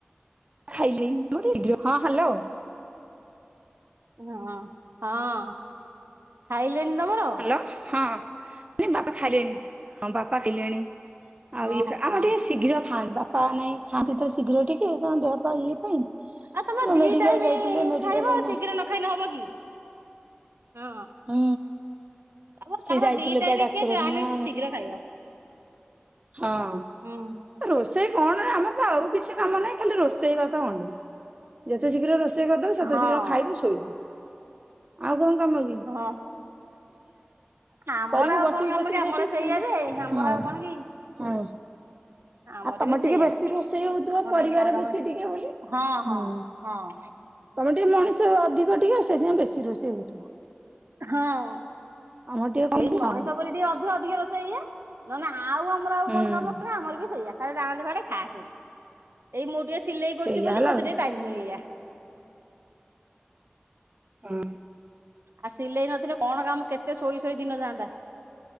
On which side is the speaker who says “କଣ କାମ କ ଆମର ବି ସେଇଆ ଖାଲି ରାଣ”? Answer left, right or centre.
Right